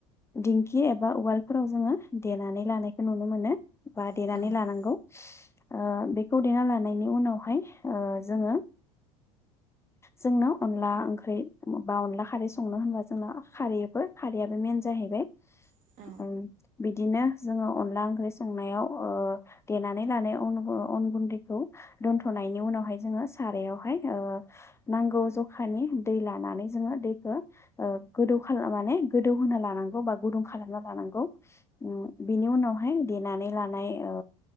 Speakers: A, on the left; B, on the right.
A: दिंखि एबा उवालफोराव जोङो देनानै लानायखौ नुनो मोनो। बा
B: औ
A: देनानै लानांगौ ओ बेखौ देना लानो लानायनि उनावहाय ओ जोङो जोंनो अनला ओंख्रि बा अनला खारै संनो होनबा जोंना खारैबो खारैयाबो मेन जाहैबाय।
B: औ औ
A: ओं। बिदिनो जोङो अनला ओंख्रि संनायाव ओ देनानै लानाय अन अन गुन्दैखौ दोनथ'नायनि उनावहाय जोङो सारायावहाय ओ नांगौ जखानि दै लानानै जोङो दैखो ओ गोदौ खालामनानै गोदौ होना लानांगौ बा गुदुं खालामना लानांगौ उम बिनि उनाव <unintelligible> देनानै लानाय ओ